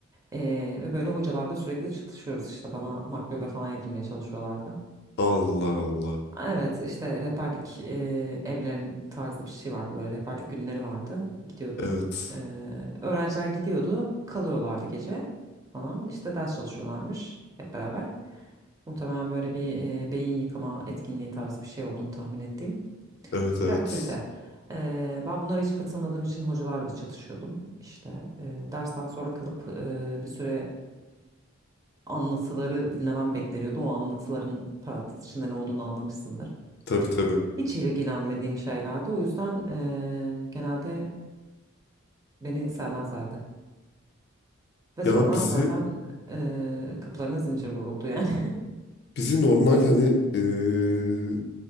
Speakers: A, on the right; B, on the left.
A: Ee, ve böyle hocalarla sürekli çatışıyoruz işte bana maklube falan yedirmeye çalışıyorlardı.
B: Allah Allah.
A: Evet işte rehberlik e, evlerin tarzı bir şey vardı böyle rehberlik günleri vardı gidiyordun.
B: Evet.
A: Ee, öğrenciler gidiyordu kalıyorlardı gece falan işte ders çalışıyorlarmış hep beraber. Muhtemelen böyle bir e, beyin yıkama etkinliği tarzı bir şey olduğunu tahmin ettiğim
B: Evet evet.
A: bir aktivite. E, ben bunlara hiç katılmadığım için hocalarla çatışıyordum. İşte e, dersten sonra kalıp e, bir süre anlatıları dinlemem bekleniyordu. O anlatıların parantez içinde ne olduğunu anlamışsındır.
B: Tabii tabii.
A: Hiç ilgilenmediğim şeylerdi. O yüzden e, genelde beni sevmezlerdi. Ve
B: Ya
A: sonra
B: bizi
A: zaten e, kapılarına zincir vuruldu yani.
B: bizi normal hani eee,